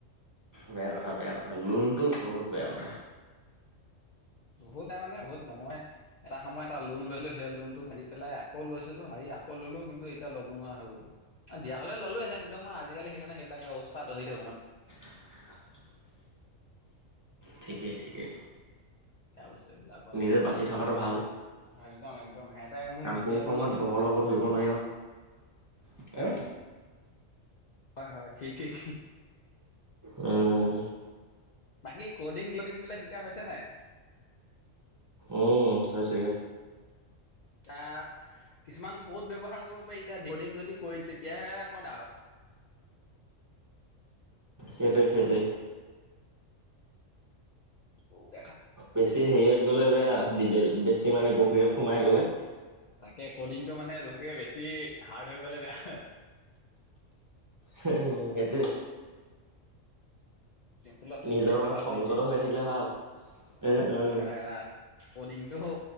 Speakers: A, on the right; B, on the left.
A: বেয়া কথা বেয়া কথা লোনটো বহুত বেয়া কথা।
B: বহুত বেয়া মানে বহুত মই এটা সময় এটা লোন ললো সেই লোনতটো মাৰি পেলাই আকৌ লৈছে। -লো মাৰি আকৌ ললো কিন্তু এতিয়া ল'ব নোৱাৰা হৈ গলোঁ দিয়া হ'লে ললোহেতেন মই আজিকালি সেইকাৰণে এইবিলাক বেয়া বস্ত। চাওঁ অলপ আতহি দেচোন।
A: <inaudible> ঠিকেই ঠিকেই
B: ত বেয়া বস্তু এইবিলাকত
A: নিজে
B: মানে।
A: বাচি থকাটো ভাল
B: একদম একদম সিহঁতে মোক
A: কাৰণ
B: নিদিয়ে
A: কোন সময়ত
B: বুলিহে।
A: বহল হ'ব ধৰিব নোৱাৰি ন।
B: হয় হয় ঠিকেই।
A: উম
B: বাকী কডিং ডিকডিং বিলাক শিকা হৈছে নাই?
A: উম হৈছেগে।
B: এ কিছুমান ক'ড ব্যৱহাৰ কৰিব পাৰি এতিয়া কডিং যদি কৰি তেতিয়াহে অকণমান
A: সেইটোৱে সেইটোৱে
B: অ'
A: বেছি হেৰিয়াত গ'লে বেয়া বেছি মানে গভীৰত সোমাই গ'লে।
B: তাকে ক'ডিংটো মানে জোখতকে বেছি হাৰ্ড হৈ গ'লে বেয়া হয়।
A: হে সেইটোৱে।
B: ত্ৰিপুলা থাকিলে
A: নিজৰ মানে
B: ভাল
A: সংযত
B: নেকি,
A: হৈ থাকিলে ভাল উম উম
B: এৰা এৰা কডিংটো